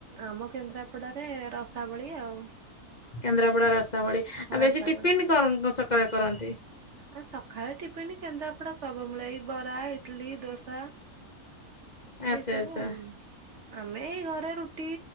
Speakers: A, on the right; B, on the left.
A: ଆମ କେନ୍ଦ୍ରାପଡ଼ାରେ ରସାବଳି ଆଉ।
B: କେନ୍ଦ୍ରାପଡା ରସ ବଡି ଆଉ
A: ରସାବଳି।
B: ବେଶୀ ଟିଫିନ କଣଣ ସକାଳେ କରନ୍ତି
A: ଆ ସକାଳେ ଟିଫିିନ କେନ୍ଦଆ ପଡା ସବୁ ମିଳେ ଏଇ ବରା ଇଟଲି ଦୋସା।
B: ଆଚ୍ଛା
A: ଏଇ ସବୁ
B: ଆଚ୍ଛା
A: ଆଉ। ଆମେ ଏଇ ଘରେ ରୁଟି